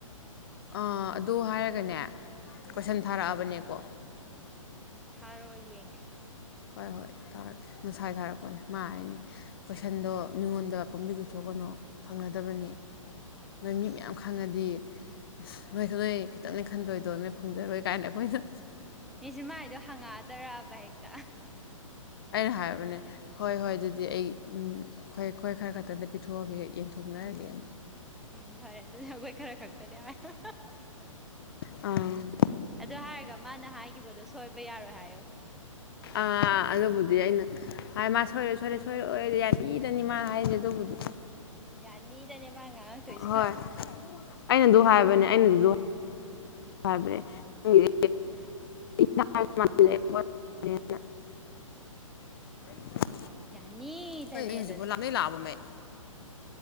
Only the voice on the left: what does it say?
ꯑꯥ ꯑꯗꯨ ꯍꯥꯏꯔꯒꯅꯦ ꯀꯣꯏꯁꯟ
ꯊꯥꯔꯛꯑꯕꯅꯦꯀꯣ
ꯍꯣꯏ ꯍꯣꯏ ꯊꯥꯔꯛꯀꯦ ꯉꯁꯥꯏ ꯊꯥꯔꯛꯄꯅꯦ ꯃꯥ ꯍꯥꯏꯅꯤ ꯀꯣꯏꯁꯟꯗꯣ ꯃꯤꯉꯣꯟꯗ ꯄꯪꯕ ꯄꯤꯊꯣꯛꯀ ꯅꯣ ꯐꯪꯅꯗꯕꯅꯤ ꯅꯣꯏ
ꯃꯤ ꯃꯌꯥꯝ ꯈꯪꯉꯗꯤ ꯅꯣꯏ ꯅꯣꯏ ꯈꯤꯇꯪꯅꯦ ꯈꯟꯗꯣꯏꯗꯣ ꯅꯣꯢ ꯐꯪꯖꯔꯣꯏ ꯀꯥꯏꯅ ꯑꯩꯈꯣꯏꯗ
ꯍꯥꯏꯔꯕꯅꯦ ꯍꯣꯏ ꯍꯣꯏ ꯑꯗꯨꯗꯤ ꯑꯩ ꯎꯝ ꯈꯣꯏ ꯈꯣꯢ ꯈꯔ ꯈꯛꯇꯪꯗ ꯄꯤꯊꯣꯛꯑꯒꯦ ꯌꯦꯟꯊꯣꯛꯅꯔꯒꯦ <inaudible>
ꯑꯪ
ꯑꯥ ꯑꯗꯨꯕꯨꯗꯤ ꯑꯩꯅ ꯍꯥꯏ ꯃꯥ ꯁꯣꯏꯔꯣꯏ ꯁꯣꯏꯔꯣꯢ ꯁꯣꯏꯔꯣꯏ ꯌꯥꯅꯤꯗꯅꯤ ꯃꯥ ꯍꯥꯏꯁꯦ ꯑꯗꯨꯕꯨꯗꯤ
ꯍꯣꯏ
ꯑꯩꯅ ꯑꯗꯨ ꯍꯥꯏꯕꯅꯦ ꯑꯩꯅꯁꯨ ꯑꯗꯨ ꯍꯥꯏꯕꯅꯦ ꯍꯣꯏ
<unintelligible>
ꯅꯣꯏ
ꯍꯧꯖꯤꯛꯐꯥꯎ
ꯂꯥꯛ ꯅꯣꯏ ꯂꯥꯛꯑꯕ ꯃꯩ